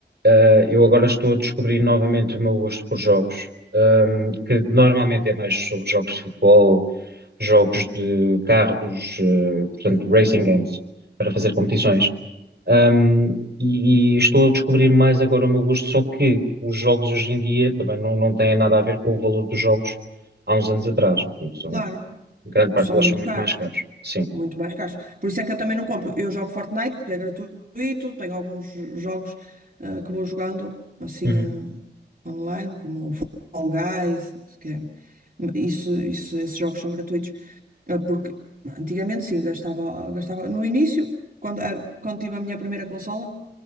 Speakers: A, on the right; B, on the right.
A: ah, eu agora estou a descobrir novamente o meu gosto por jogos, hum, que normalmente é mais sobre jogos de futebol, jogos de carros, eh, portanto,
B: sim,
A: racing games, para fazer competições. Um, e, e estou a descobrir mais agora o meu gosto, só que os jogos hoje em dia também não, não têm nada a ver com o valor dos jogos há uns anos atrás. Portanto, são,
B: claro,
A: grande parte
B: são
A: deles
B: muito
A: são muito
B: caros.
A: mais caros. Sim.
B: Muito mais caros. Por isso é que eu também não compro. Eu jogo Fortnite porque é gratuito, tenho alguns jogos eh, que vou jogando assim
A: Uhum.
B: eh, online, como o Fall Guys, que é- isso, isso, esses jogos são gratuitos. Ah, porque antigamente sim, gastava, gastava. No início, quando, ah, quando tive a minha primeira consola,